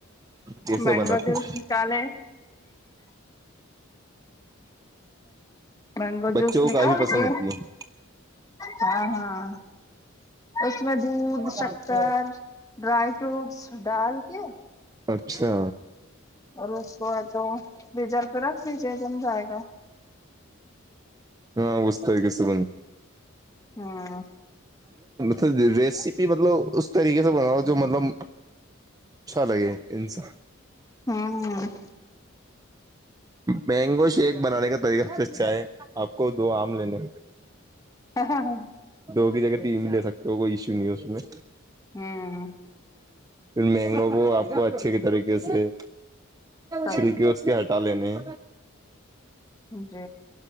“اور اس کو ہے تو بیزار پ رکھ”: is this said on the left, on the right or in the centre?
Left